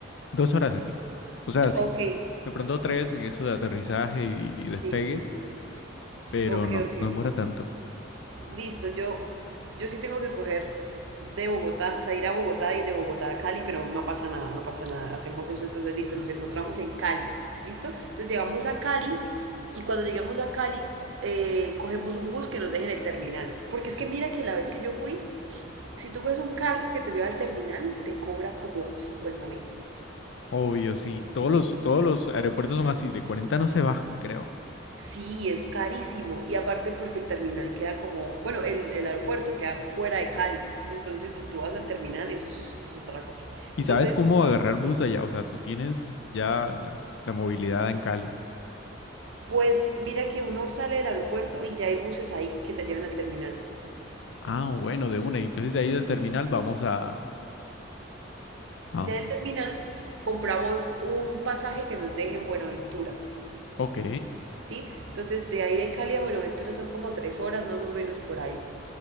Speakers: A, on the left (about 70°); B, on the right (about 80°).
A: dos horas y pico. O sea, sí,
B: Ok,
A: de pronto tres en eso de aterrizaje y, y
B: sí,
A: despegue,
B: sí.
A: pero
B: Ok,
A: no,
B: ok.
A: no demora tanto.
B: listo, yo, yo sí tengo que coger de Bogotá, o sea, ir a Bogotá y de Bogotá a Cali, pero no pasa nada, no pasa nada. Hacemos eso, entonces listo, nos encontramos en Cali, ¿listo? Entonces llegamos a Cali y cuando lleguemos a Cali eh, cogemos un bus que nos deje en el terminal. Porque es que mira que la vez que yo fui, si tú coges un carro que te lleva al terminal, te cobra como cincuenta mil.
A: Obvio, sí. Todos los, todos los aeropuertos son así, de 40 no se bajan, creo.
B: Sí, es carísimo. Y aparte porque el terminal queda como, bueno, el, el aeropuerto queda fuera de Cali. Entonces, si tú vas al terminal, eso es, es otra cosa.
A: ¿Y
B: Entonces,
A: sabes cómo agarrar bus allá? O sea, tú tienes ya la, la movilidad en Cali.
B: pues mira que uno sale del aeropuerto y ya hay buses ahí que te llevan al terminal.
A: Ah, bueno, de una. Y Entonces de ahí del terminal vamos a... ¿A dónde?
B: Ya del terminal compramos un pasaje que nos deje en Buenaventura,
A: Ok,
B: ¿sí? Entonces, de ahí de Cali a Buenaventura son como tres horas más o menos por ahí.